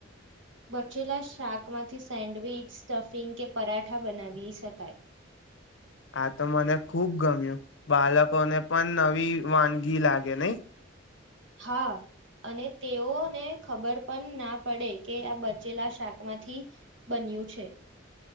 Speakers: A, on the right; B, on the left.
A: બચેલા શાકમાંથી સેન્ડવીિચ સ્ટફિંગ કે પરાઠા બનાવી શકાય.
B: આ તો મને ખૂબ ગમ્યું બાળકોને પણ નવી વાનગી લાગે નહી.
A: હા અને તેઓને ખબર પણ ના પડે કે આ બચેલા શાકમાંથી બન્યું છે.